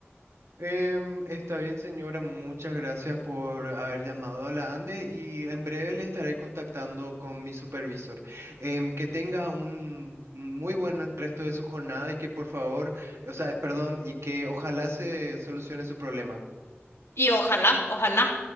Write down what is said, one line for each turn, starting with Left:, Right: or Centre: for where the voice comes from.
Right: Em, está bien, señora. Muchas gracias por haber llamado a la ANDE y en breve le estaré contactando con mi supervisor. Em, que tenga un muy buen resto de su jornada y que por favor, o sea, perdón, y que ojalá se solucione su problema.
Left: Y ojalá, ojalá.